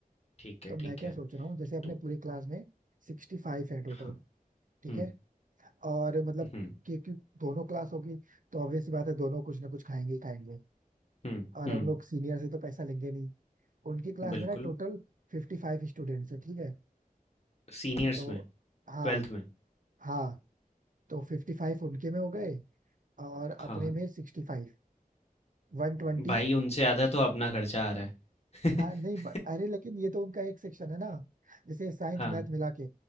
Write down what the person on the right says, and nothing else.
तो
मैं क्या
सोच रहा हूँ जैसे अपने
पूरी क्लास में सिक्सटी फाइव है टोटल
ठीक
है और मतलब
क्योंकि दोनों क्लास होगी तो ऑब्वियस सी बात है दोनों कुछ ना कुछ खाएंगे ही खाएंगे
और
हम लोग सीनियर से तो पैसा लेंगे नहीं उनकी क्लास
में ना टोटल फिफ्टी फाइव स्टूडेंट्स है ठीक है
तो
हाँ
हाँ तो फिफ्टी फाइव उनके में हो गए और
अपने में सिक्सटी फाइव वन ट्वेंटी
हाँ नहीं
but- अरे लेकिन ये तो उनका एक सेक्शन है ना जैसे साइंस
मैथ मिला के